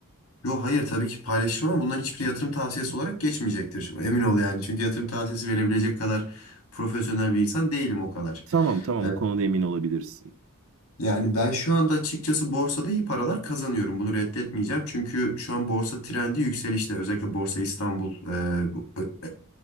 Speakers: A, on the left; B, on the right.
A: Yo hayır tabii ki paylaşırım ama bunların hiçbir yatırım tavsiyesi olarak geçmeyecektir. Emin ol yani. Çünkü yatırım tavsiyesi verebilecek kadar profesyonel bir insan değilim o kadar.
B: Tamam tamam
A: Evet.
B: bu konuda emin olabilirsin.
A: Yani ben şu anda açıkçası borsada iyi paralar kazanıyorum. Bunu reddetmeyeceğim. Çünkü şu an borsa trendi yükselişte. Özellikle Borsa İstanbul e, bu- e, e,